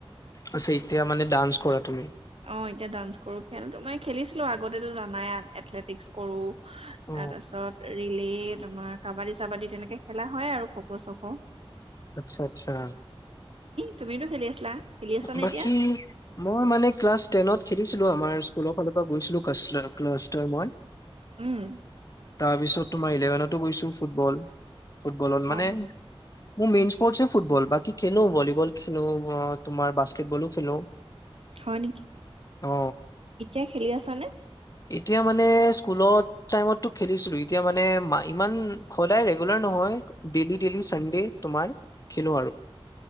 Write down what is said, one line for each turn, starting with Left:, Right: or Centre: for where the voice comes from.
Left: আচ্ছা এতিয়া মানে ডান্স কৰা তুমি
Right: অ এতিয়া ডান্স কৰো খেলটো মই খেলিছিলো আগতে জানাই আৰু এথলেটিকছ কৰো তাৰপাছত
Left: অ
Right: ৰিলি তোমাৰ কাবাডী চাবাডী তেনেকে খেলা হয় আৰু খক' চকো হা
Left: আচ্ছা আচ্ছা
Right: তুমিতো খেলি আছিলা খেলি আছা নে
Left: বাকী
Right: এতিয়া
Left: মই মানে ক্লাছ টেনত খেলিছিলো আমাৰ স্কুলৰ ফালৰ পৰা গৈছিলো ক্লাছ মই
Right: উম
Left: তাৰ পিছত তোমাৰ ইলেভেনতো গৈছো ফুটবল ফুটবলত
Right: অ
Left: মানে মোৰ মেইন স্পৰ্টছে ফুটবল বাকী খেলো ভলীবল খেলো তোমাৰ বাস্কেটবলো খেলো
Right: হয় নেকি
Left: অ
Right: এতিয়া খেলি আছা নে
Left: এতিয়া মানে স্কুলত টাইমতটো খেলিছিলো এতিয়া মানে ইমান সদায় ৰেগুলাৰ নহয় ডেইলি ডেইলি চানডে তোমাৰ খেলো আৰু